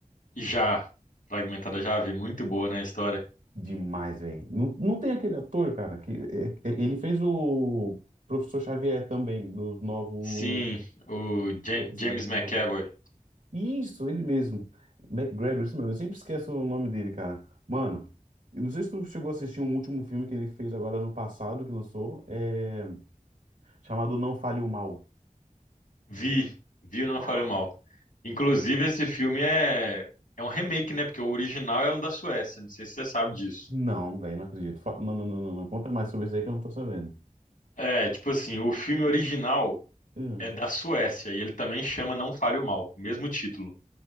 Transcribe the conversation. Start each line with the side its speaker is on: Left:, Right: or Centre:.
Left: E já, Fragmentada já vi, muito boa, né, a história.
Right: Demais, velho. Não, não tem aquele ator, cara, que é- é- ele fez o Professor Xavier também, do novo
Left: Sim, o Ja-
Right: X-Men.
Left: James McAvoy.
Right: Isso, ele mesmo. McGregor, isso mesmo. Eu sempre esqueço o nome dele, cara. Mano, eu não sei se tu chegou a assistir um último filme que ele fez agora no passado, que lançou, é... chamado Não Fale o Mal.
Left: Vi, vi o Não
Right: Ah,
Left: Faria Mal. Inclusive, esse filme é, é um remake, né? Porque o original é um da Suécia, não sei se você sabe disso.
Right: Não, velho, não acredito. Fa- Não, não, não, não, não. Conta mais sobre isso aí que eu não tô sabendo.
Left: É, tipo assim, o filme original
Right: Hum.
Left: é da Suécia e ele também chama Não Fale o Mal, mesmo título.